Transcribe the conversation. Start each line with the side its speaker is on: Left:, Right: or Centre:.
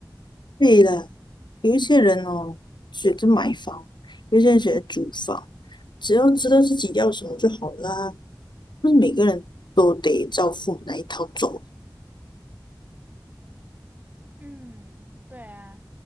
Left: 对了，有一些人哦选择买房，有些人选择租房，只要知道自己要什么就好啦。不是每个人都得照父母那一套走，
Right: 嗯，对啊，